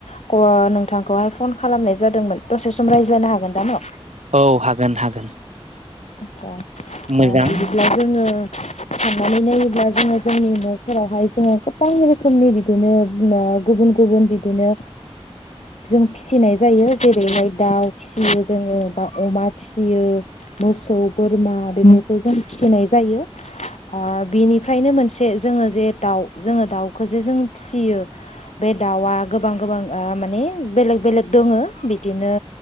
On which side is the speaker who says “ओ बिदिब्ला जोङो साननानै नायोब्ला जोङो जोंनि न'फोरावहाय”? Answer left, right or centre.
Left